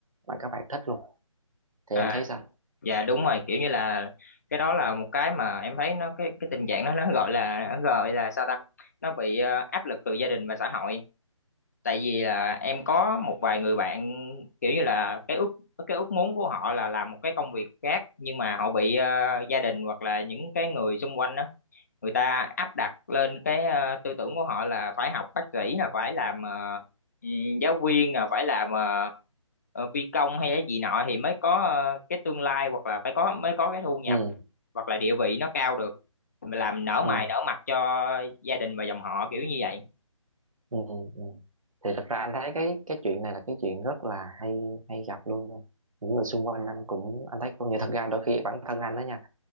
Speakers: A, on the right; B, on the left.
A: mà các bạn thích luôn thì
B: à
A: em thấy sao
B: dạ đúng rồi kiểu như là cái đó là một cái mà em thấy nó cái cái tình trạng đó nó gọi là nó gọi là sao ta nó bị ờ, áp lực từ gia đình và xã hội tại vì là em có một vài người bạn kiểu như là cái ước cái ước muốn của họ là làm một cái công việc khác nhưng mà họ bị ờ, gia đình hoặc là những cái người xung quanh đó người ta áp đặt lên cái ờ, tư tưởng của họ là phải học bác sĩ là phải làm ờ, ừ, giáo viên là phải làm ờ, ờ, phi công hay cái gì nọ thì mới có ờ, cái tương lai hoặc là phải có mới có cái thu nhập
A: ừ
B: hoặc là địa vị nó cao được làm nở mày
A: ừ,
B: nở mặt cho gia đình và dòng họ kiểu như vậy
A: ừ, ừ. thì thật ra anh thấy cái cái chuyện này là cái chuyện rất là hay hay gặp luôn nha. những người xung quanh anh cũng anh thấy cũng như thật ra đôi khi bản thân anh đó nha